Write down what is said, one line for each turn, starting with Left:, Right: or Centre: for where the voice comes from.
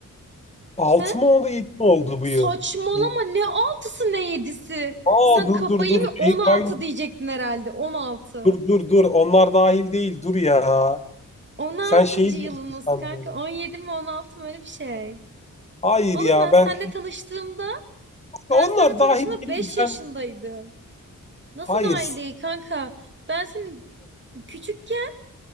Left: 6
Right: He?
Left: mı oldu, 7 mi oldu bu
Right: Saçmalama
Left: yıl? Yedi-
Right: ne altısı ne yedisi.
Left: Aa
Right: Sen
Left: dur
Right: kafayı
Left: dur dur.
Right: mı
Left: Şey
Right: 16
Left: kayın.
Right: diyecektin herhalde 16.
Left: Dur dur dur. Onlar dahil değil. Dur ya.
Right: 16.
Left: Sen şeyi
Right: yılımız
Left: diyorsun sandım.
Right: kanka 17 mi 16 mı öyle bir şey.
Left: Hayır
Right: Oğlum
Left: ya
Right: ben
Left: ben
Right: seninle tanıştığımda
Left: onlar
Right: ben seninle tanıştığımda
Left: dahil değil.
Right: 5 yaşındaydım.
Left: Sen
Right: Nasıl
Left: hayır.
Right: daha iyi değil kanka? Ben senin küçükken